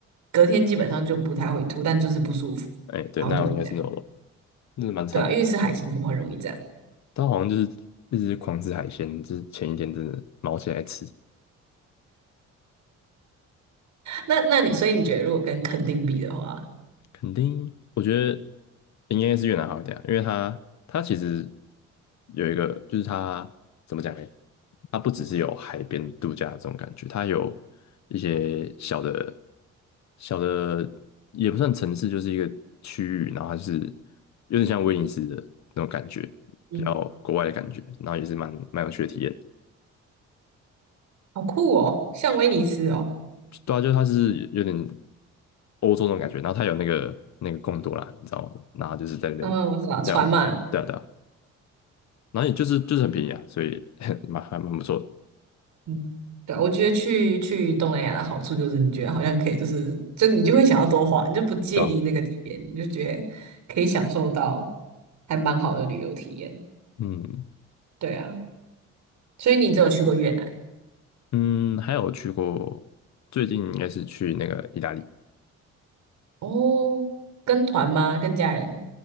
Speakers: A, on the right; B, on the left.
A: 隔天基本上就不太会吐，但就是不舒服，
B: 哎，对，
A: 好像都是这样。
B: 那我应该是 no 了，真的蛮惨的。
A: 对啊，因为吃海鲜就很容易这样。
B: 他好像就是一直狂吃海鲜，就是前一天真的毛起来吃，
A: 那那你所以你觉得如果跟垦丁比的话，
B: 肯定，我觉得应该是越南好一点啊因为它它其实有一个，就是它怎么讲呢？它不只是有海边度假这种感觉，它有一些小的小的也不算城市，就是一个区域，然后它就是有点像威尼斯的那种感觉，
A: 嗯，
B: 比较国外的感觉，然后也是蛮蛮有趣的体验。
A: 好酷哦，像威尼斯哦，
B: 对啊，就是它是有点欧洲那种感觉，然后它有那个那个贡多啦，你知道吗？然后就是在那边
A: 嗯，我知道船嘛，
B: 载我们，对啊对啊，然后也就是就是很便宜啊，所以 <laughs> 蛮还蛮不错的，
A: 嗯，对啊，我觉得去去东南亚的好处就是，你觉得好像可以，就是就你就会想要多花，你就不介意那个钱，
B: 对啊，
A: 你就觉得可以享受到还蛮好的旅游体验。
B: 嗯
A: 对啊，所以你只有去过越南
B: 嗯，还有去过，最近应该是去那个意大利，
A: 哦？跟团吗？跟家人？